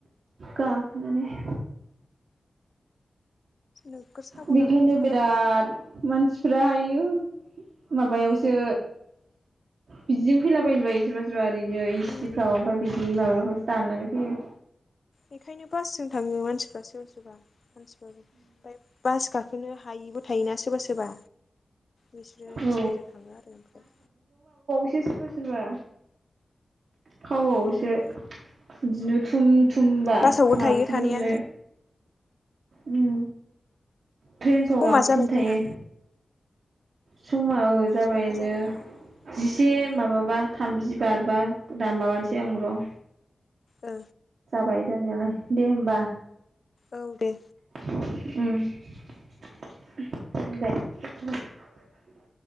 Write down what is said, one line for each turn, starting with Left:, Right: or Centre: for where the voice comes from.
Right: गाब मानेह।
Left: नोगोर साबधान
Right: बिदिनो
Left: थांखानांगौ
Right: बिराद मानसिफोरा होयो। ओमह। माबायावसो।
Left: उम
Right: बिदिजों फैलाबायनोबो हायो सोरबा सोरबा। दैनै सिफ्राव
Left: उम
Right: ओमफाय बिदि माबाब। <unintelligible> ताननानै फैयो।
Left: बेखायनो बासजों थाङो मानसिफ्रा सोरबा सोरबा। <inaudible> मानसिफोराबो ओमफाय बास गाखोनो हा। हायिबो थायोना सोरबा सोरबा। बिसोरो
Right: औ
Left: ट्रेनजों थाङो आरो ओमफाय।
Right: सोर सोरबा सोरबा खावआवसो
Left: उम
Right: बिदिनो थुम थुमबा
Left: बासावबो
Right: नारथुमजुबनो।
Left: थायो थानाया
Right: ओम। ट्रेनफ्राव
Left: समा
Right: बांसिन
Left: जाबाय
Right: थायो।
Left: खोमा
Right: सुमाव जाबायनो
Left: समा जाबाय
Right: जिसे
Left: उम
Right: माबाबा। थामजि बारबा दाम माबानोसै आं र'।
Left: ओ।
Right: बाय दानायालाय दे होमबा।
Left: औ दे।
Right: उम ओहम दे।